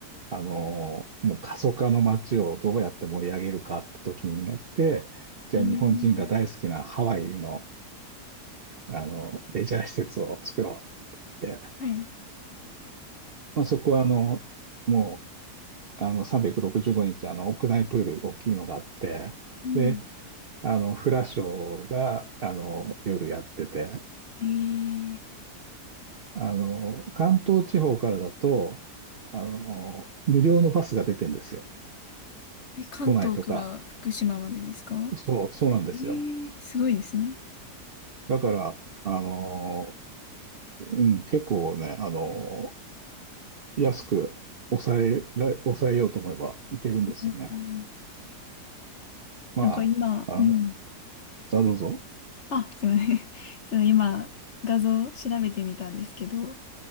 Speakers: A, on the right; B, on the left.
A: あの、もう過疎化の街をどうやって盛り上げるかって時になって、じゃあ日本人が大好きなハワイの、
B: うん。
A: あの、レジャー施設を作ろうって
B: はい。
A: まあ、そこはあの、もう、あの、365日、あの、屋内プール、大きいのがあって、
B: うん
A: で、あの、フラショーが、あの、夜やってて、
B: えー、
A: あの、関東地方からだと、あの、無料のバスが出てんですよ。
B: え、関東から福島までですか
A: 都内とか。そう、そうなんですよ。
B: えー、すごいですね。
A: だから、あの、うん、結構ね、あの、安く抑えら、抑えようと思えばいけるんですよね。
B: うんうん
A: まあ、
B: なんか今、
A: あの、
B: うん。
A: あ、どうぞ。
B: あ、すいません。<laughs> その今、画像調べてみたんですけど、